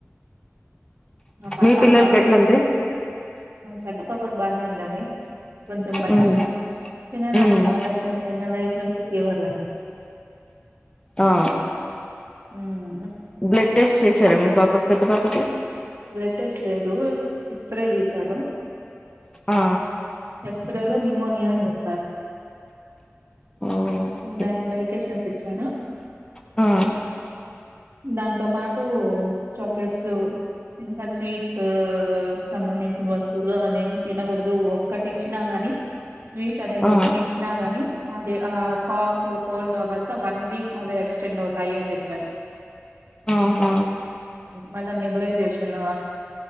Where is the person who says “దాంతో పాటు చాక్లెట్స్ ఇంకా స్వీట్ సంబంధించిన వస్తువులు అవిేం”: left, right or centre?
Right